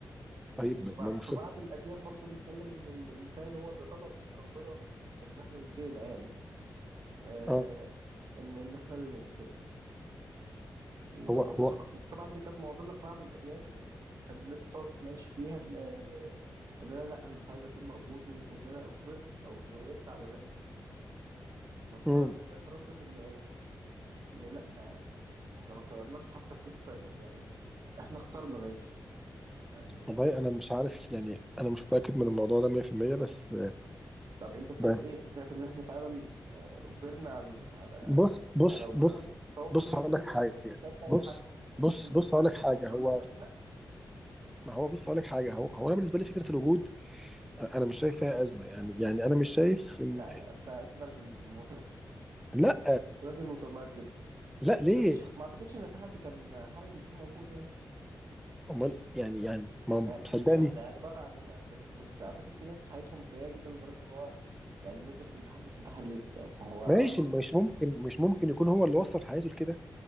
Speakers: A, on the right (about 55°); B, in the centre.
A: يعني
B: طيب
A: في بع-
B: ما مش
A: في بعض الأديان برضو بيتكلم إن الإنسان هو اللي طلب من ربنا بس إحنا نسينا يعني آه،
B: اه
A: ان ان احنا اللي ندخل و-
B: هو هو
A: وطبعا وطبعاً دي كانت معضله في بعض الاديان يعني كان الناس بتقعد تتناقش فيها ان ان إن انا لا انا مش عايز اكون موجود و- وان انا اجبرت او صغرت على ده ففي
B: امم
A: بعض الاديان ردت ان ان لا احنا ما صغرناش حتى في دي خط... يعني احنا اخترنا نعيش يعني
B: والله انا مش عارف يعني انا مش متاكد من الموضوع ده 100% بس
A: طب انت شايف
B: بس
A: ايه شايف ان احنا فعلا آه، اجبرنا على على
B: بص بص
A: على وجودنا
B: بص
A: هو
B: بص
A: بنسبه
B: هقول
A: كبيره
B: لك حاجه
A: انت لو سالت اي
B: بص
A: حد
B: بص
A: قلت له انت
B: بص
A: كنت
B: هقول
A: عايز
B: لك
A: تبقى
B: حاجه
A: موجود
B: هو
A: ولا لا يقول لك لا
B: ما هو بص هقول لك حاجه هو هو انا بالنسبه لي فكره الوجود انا مش شايف فيها ازمه يعني يعني انا مش شايف ان
A: لا لا انت كده راجل م...
B: لا
A: <laughs> راجل متناقض
B: لا ليه
A: ما فيش ما اعتقدش ان في حد كان حابب يكون موجود يعني
B: امال يعني يعني ما مصدقني
A: يعني مش احنا يعني بره عننا بس بس اعتقد في ناس حياتهم سيئه جدا لدرجه ان هو يعني الناس اللي بتنتحر دي بتنتحر ليه فاهم؟ هو اصلا
B: ماشي مش ممكن مش ممكن يكون هو اللي وصل حياته لكده